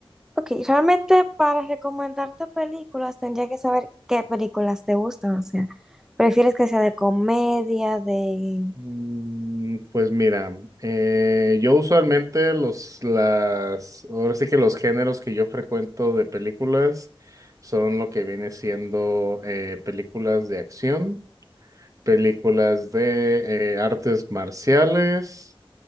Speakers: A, in the centre; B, on the right.
A: Ok, realmente para recomendarte películas tendría que saber qué películas te gustan, o sea, prefieres que sea de comedia, de...
B: Mm, Pues mira, eh, yo usualmente los, las, ahora sí que los géneros que yo frecuento de películas son lo que viene siendo eh, películas de acción, películas de eh, artes marciales